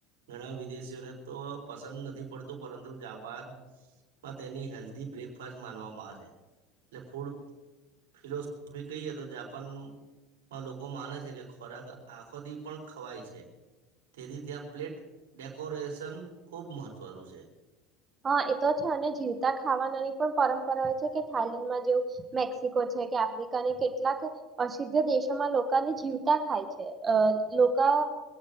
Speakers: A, on the right (about 85°); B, on the right (about 25°).
A: ઘણા વિદેશીઓને તો પસંદ નથી પડતું, પરંતુ જાપાનમાં તેની હેલ્ધી બ્રેકફાસ્ટ માનવામાં આવે છે. એટલે ફૂડ ફિલોસોફી કહીયે, તો જાપાનમાં લોકો માને છે કે ખોરાક આંખોથી પણ ખવાય છે. તેથી ત્યાં પ્લેટ ડેકોરેશન ખુબ મહત્વનું છે.
B: હા, એ તો છે અને જીવતા ખાવાનાની પણ પરંપરા હોય છે, કે થાઈલેન્ડમાં જેવુ મેક્સિકો છે કે આફ્રિકાને કેટલાક અસિ્ધ દેશોમાં લોકાને જીવતા ખાય છે. લોકા